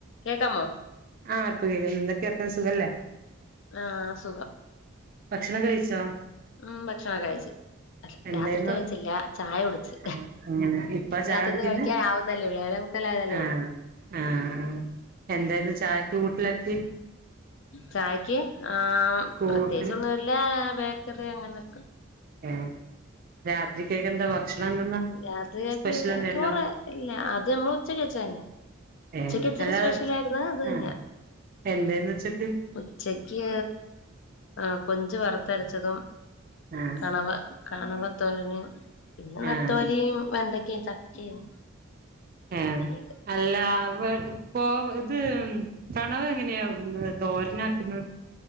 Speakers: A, on the left; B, on the right.
A: കേക്കാമോ
B: ആഹ് ഇപ്പൊ കേക്കുന്നു എന്തൊക്കെ വർത്താനം സുഖല്ലേ
A: ആഹ് സുഖം
B: ഭക്ഷണം ഒക്കെ കഴിച്ചോ
A: ഉം ഭക്ഷണം കഴിച്ചു. അല്ല
B: എന്തായിരുന്നു
A: രാത്രിത്തെ കഴിച്ചില്ല ചായ കുടിച്ച്.
B: ആഹ് അങ്ങനെ ഇപ്പ ചായ
A: രാത്രിത്തെ
B: കുടിക്കുന്നെ
A: കഴിക്കാൻ ആവുന്നല്ലേ ഒള്ളൂ. ഏഴെ മുക്കാൽ ആയതല്ലേ
B: ആഹ്
A: ഒള്ളൂ.
B: ആഹ് എന്തായിരുന്നു ചായക്ക് കൂട്ടിലക്കെ.
A: ചായക്ക് ആഹ്
B: കൂട്ടിൽ
A: പ്രത്യേകിച്ചൊന്നുമില്ല. ബേക്കറി അങ്ങനെയൊക്കെ.
B: ഏഹ് രാത്രിക്കൊക്കെ എന്താ ഭക്ഷണം എന്തെന്നാ.
A: രാത്രികക്ക്
B: സ്പെഷ്യൽ എന്തേ
A: ചോറ്
B: ഉണ്ടോ
A: ഇല്ല അത് നമ്മള് ഉച്ചക്ക് വച്ച തന്നെ.
B: ഏഹ്
A: ഉച്ചക്ക് ഇച്ചിരി
B: അല്ലാതെ
A: സ്പെഷ്യൽ ആയിരുന്നു അത് തിനാൻ
B: ആഹ് എന്തേന്ന് ഉച്ചക്ക്
A: ഉച്ചക്ക് ആഹ് കൊഞ്ച് വറത്തരച്ചതും.
B: ആഹ്
A: കണ കണവ ത്തോരന് പിന്നെ നത്തോലിയും
B: ആഹ്
A: വെണ്ടക്കയും ചക്കയും
B: ഏഹ്
A: അങ്ങനെയൊക്കെ
B: അല്ല വെ കോ ഇത് കണവ എങ്ങനെയാ തോരനാക്കുന്നത്.